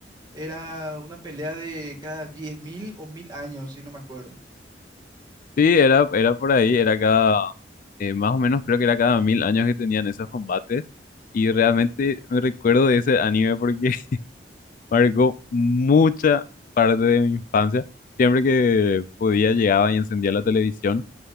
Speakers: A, on the right; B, on the left.
A: era una pelea de cada 10.000 o 1.000 años, si no me acuerdo.
B: Sí, era, era por ahí, era cada, eh, más o menos creo que era cada mil años que tenían esos combates. Y realmente me recuerdo de ese anime porque <laughs> marcó mucha parte de mi infancia. Siempre que podía llegaba y encendía la televisión.